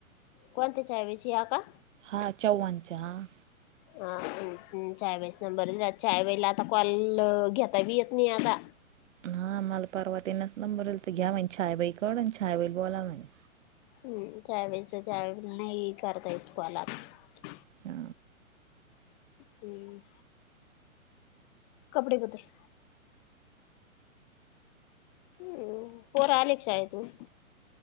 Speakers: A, on the left; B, on the right.
A: कोणते्या चायवेची आ का?
B: ह चवव्हाणचा ह
A: हा चय वळेचा नंबरच चय वेळेला आता कॉल घेता बी येत नाही आता.
B: हा मला परवातीनाच नंबरईल तर घ्या म्हणजे छयाबाई कड छायाबाई बोला म्हणे.
A: हम्म. त्यावेेळेस तर त्यावेळे नाही करता येत कॉल आप- -
B: हा
A: हम्. कपडे कतर हम्म. पोर आले शाळेतून.